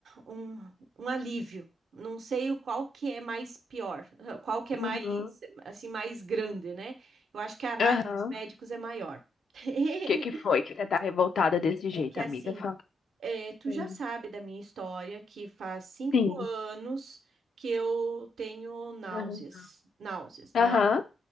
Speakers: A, on the right (about 70°); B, on the left (about 80°).
A: um, um alívio. Não sei o qual que é mais pior, <laughs> qual que
B: uhum,
A: é mais, assim, mais grande, né? Eu acho que a raiva
B: aham.
A: dos médicos é maior. <laughs>
B: Que que foi que você tá revoltada desse
A: É
B: jeito,
A: que assim,
B: amiga? Fala.
A: é, tu
B: Hum,
A: já sabe da minha história que faz cinco
B: Sim.
A: anos que eu tenho náuseas,
B: Aham,
A: náuseas,
B: Aham,
A: não.